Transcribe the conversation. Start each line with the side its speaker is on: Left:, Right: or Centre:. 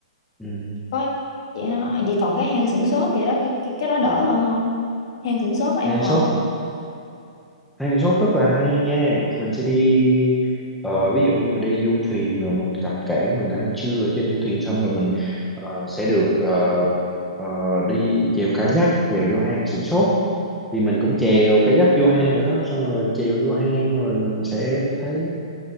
Centre: ừ
Left: có chị ha vậy còn cái hang xửng xốp vậy đó cái, cái cái đó đỡ hơn không hang xửng xốp có an
Centre: à,
Left: toàn
Centre: số
Left: không
Centre: Hang Sóc rất là hay nha mình sẽ đi ờ, ví dụ như mình đi du thuyền rồi mình cập cảng mình ăn trưa ở trên du thuyền xong rồi mình ờ, sẽ được ờ, ờ, đi chèo kayak chèo vô hang Sửng Sốt thì mình cũng chèo kayak vô hang rồi đó xong rồi chèo vô hang rồi mình sẽ thấy